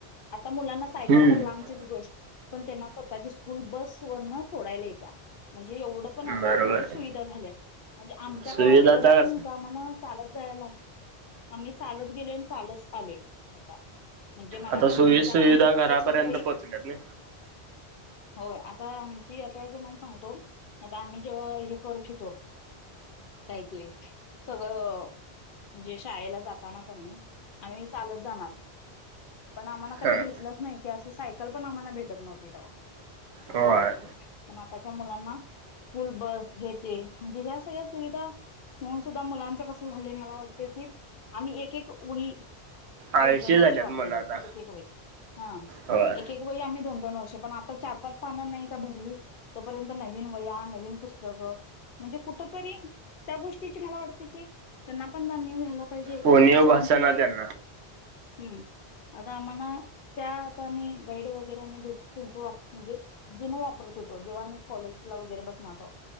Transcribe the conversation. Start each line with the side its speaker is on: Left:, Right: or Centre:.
Left: आता मुलांना सायकल
Right: हम्म
Left: तर लांबचीच गोष्ट पण त्यांना स्वतःची स्कूल बस वरन सोडायला येत्या. म्हणजे एवढ पण आता
Right: बरोबर
Left: म्हणजे
Right: आहे.
Left: सुविधा झाल्या म्हणजे आमच्या
Right: सुविधा
Left: काळात एवढं
Right: तर
Left: पणतं आम्हाला चालत जायला आम्ही चालत गेलो आणि चालत आलोय आता म्हणजे मला
Right: आता
Left: काय
Right: सुवि
Left: म्हणायचं
Right: सुविधा
Left: आम्ही
Right: घरापर्यंत
Left: एकच वई
Right: पोहोचल्यात ना
Left: होय आता आमची आतां मण सांगतो आता आम्ही जेव्हा हे करत होेतो. काही ते सगळं म्हणजे शाळेला जाताना क नाही आम् चालत जाणार पण आम्हाला कधी
Right: ह
Left: भेटलंच नाही की असं सायकल पण आम्हाला भेटत नव्हती तेव्हा असं
Right: होय
Left: होत होत पण आताच्या मुलांना स्कूल बस हे ते म्हणजे ह्या सगळ्या सुविधा होऊन सुद्धा मुलांच कसं झालं मला वाटत की आम्ही एक एक वही
Right: आळशी
Left: दोन दोन वर्ष
Right: झाल्यात
Left: वापरत
Right: मुलं
Left: होतो
Right: आता
Left: एक एक वही हा
Right: होय
Left: एक एक वही आम्ही दोन दोन वर्ष पण आता चार पाच पानं नाही का भरली तोपर्यंत नवीन वह्या नवीन पुस्तकं म्हणजे कुठ तरी त्या गोष्टीची मला वाटते की त्यांना पण जानीव व्हायला पाहिजे
Right: कोणीव
Left: आम्ही दुसऱ्यांची
Right: भाषा
Left: गाईड
Right: ना त्यांना
Left: हम्म आता आम्हाला त्या आता आम्ही गाईड वगैरेही त्यांच म्हणजे जुन वापरतो <unintelligible> जेव्हा मी स्कॉलरशिप ला वगैरे बसणार होतो